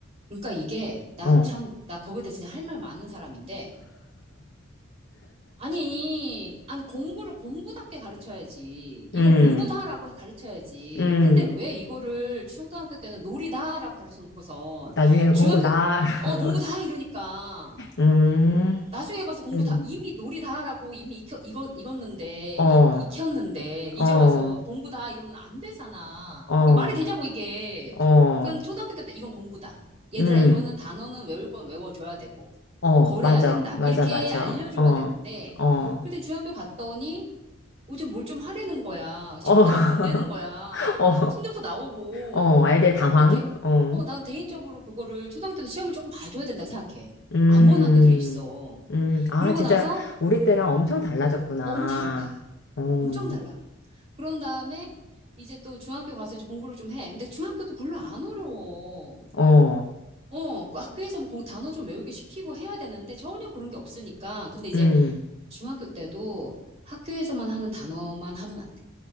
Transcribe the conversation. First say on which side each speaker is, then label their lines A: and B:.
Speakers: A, on the right; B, on the left.
A: 그러니까 이게 나
B: 어,
A: 참, 나 거기에 대해 진짜 할 말 많은 사람인데 아니, 아니, 공부를 공부답게 가르쳐야지. 이건
B: 음,
A: 공부다라고 가르쳐야지.
B: 음.
A: 근데 왜 이거를 초등학교 때는 놀이다라고 가르쳐 놓고선
B: 나중에는
A: 중학교,
B: 공부 다, <laughs>
A: 어, 공부다 이러니까.
B: 음,
A: 나중에 가서 공부
B: 음.
A: 다, 이미 놀이 다 하라고 이미 익혀, 익어, 익었는데,
B: 어,
A: 익, 익혔는데,
B: 어,
A: 이제 와서 공부 다 이러면 안 되잖아.
B: 어,
A: 이게 말이 되냐고, 이게.
B: 어.
A: 그러니까 초등학교 때부터 이건 공부다. 얘들아,
B: 음,
A: 이거는 단어는 외울 건 외워줘야 되고,
B: 어,
A: 어, 거래야
B: 맞아,
A: 된다.
B: 맞아,
A: 이렇게
B: 맞아.
A: 알려줘야
B: 어,
A: 되는데,
B: 어,
A: 그때 중학교 갔더니, 어, 좀뭘 좀 하라는 거야.
B: 어,
A: 시험도
B: <laughs>
A: 막 본다는 거야.
B: 어,
A: 성적표 나오고,
B: 어, 아이들 당황.
A: 난 개,
B: 어,
A: 어, 난 개인적으로 그거를 초등학교 때도 시험을 조금 봐줘야 된다고 생각해.
B: 음,
A: 안 본 학교들이 있어.
B: 음, 아,
A: 그러고
B: 진짜
A: 나서
B: 우리 때랑 엄청 달라졌구나.
A: 어, 엄 달라.
B: 어,
A: 엄청 달라. 그런 다음에 이제 또 중학교 가서 이제 공부를 좀 해. 근데 중학교도 별로 안 어려워.
B: 어,
A: 어, 그 학교에서 뭐 공- 단어 좀 외우게 시키고 해야 되는데 전혀 그런 게 없으니까. 근데 이제
B: 음,
A: 중학교 때도 학교에서만 하는 단어만 하면 안 돼.